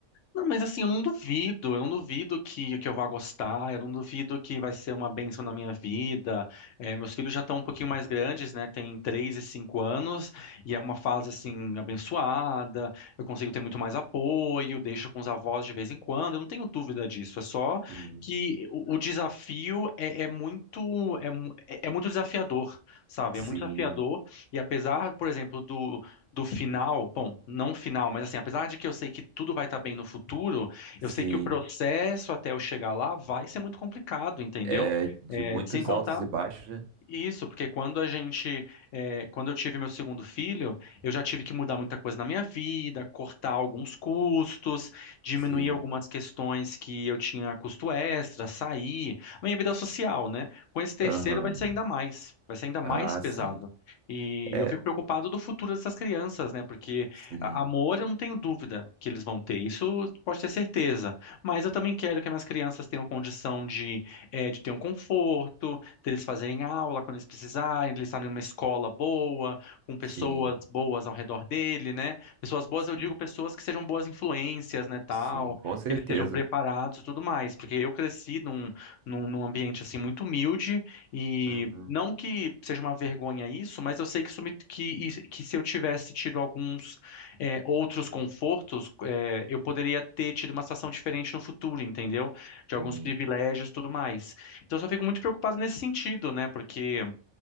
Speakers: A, on the left (about 75°); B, on the right (about 75°).
A: Não, mas assim, eu não duvido, eu não duvido que, que eu vá gostar, eu não duvido que vai ser uma bênção na minha vida. É, meus filhos já estão um pouquinho mais grandes, né? Tem 3 e 5 anos, e é uma fase assim, abençoada, eu consigo ter muito mais apoio, deixo com os avós de vez em quando, eu não tenho dúvida disso. É só
B: Sim,
A: que o, o desafio é, é muito, é, mu- é é muito desafiador, sabe?
B: sim,
A: É muito desafiador, e apesar, por exemplo, do do final, bom, não final, mas assim, apesar de que eu sei que tudo vai estar bem no futuro, eu
B: sim.
A: sei que o processo até eu chegar lá vai ser muito complicado, entendeu?
B: É de
A: É,
B: muitos
A: sem contar
B: altos e baixos, né?
A: isso, porque quando a gente, eh, quando eu tive meu segundo filho, eu já tive que mudar muita coisa na minha vida, cortar alguns custos, diminuir
B: Sim.
A: algumas questões que eu tinha custo extra, sair, minha vida social, né? Com esse terceiro
B: Aham.
A: vai ser ainda mais, vai ser ainda mais
B: Ah,
A: pesado.
B: sim.
A: E
B: É,
A: eu fico preocupado do futuro dessas crianças, né? Porque
B: sim,
A: a- amor eu não tenho dúvida que eles vão ter, isso pode ter certeza. Mas eu também quero que as minhas crianças tenham condição de, eh, de ter um conforto deles fazerem aula quando eles precisarem, de eles estarem em uma escola boa, com pessoas
B: sim,
A: boas ao redor dele, né? Pessoas boas,
B: sim,
A: eu digo pessoas que sejam boas influências, né, tal,
B: sim, com certeza.
A: que eles estejam preparados e tudo mais, porque eu cresci num, num, num ambiente, assim, muito humilde e
B: Uhum.
A: não que seja uma vergonha isso, mas eu sei que, isso me- que, que se eu tivesse tido alguns é, outros confortos, é, eu poderia ter tido uma situação diferente no futuro, entendeu? De alguns
B: Sim,
A: privilégios e tudo mais. Então eu só fico muito preocupado nesse sentido, né? Porque